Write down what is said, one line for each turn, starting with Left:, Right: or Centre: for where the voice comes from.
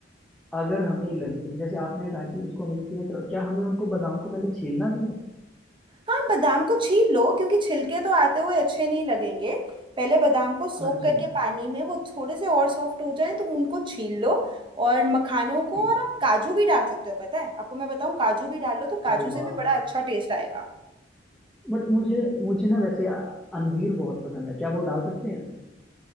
Centre: अगर हमें लगे जैसे आपने कहा कि उसको मिक्सी में चलो क्या हमें उनको बादाम को पहले छीलना भी है
Right: हाँ बादाम को छील लो क्योंकि छिलके तो आते हुए अच्छे नहीं लगेंगे पहले बादाम को सोक
Centre: हाँ जी
Right: करके
Centre: हाँ जी,
Right: पानी में वो थोड़े से और सॉफ्ट हो जाएं तो उनको छील लो और मखानों को
Centre: ठीक
Right: और आप काजू भी डाल सकते हो पता है आपको मैं बताऊं काजू भी डाल लो तो काजू
Centre: अरे
Right: से
Centre: वाह
Right: भी बड़ा अच्छा टेस्ट आएगा
Centre: बट मुझे मुझे ना वैसे अ, अंजीर बहुत पसंद है क्या वो डाल सकते हैं इसमें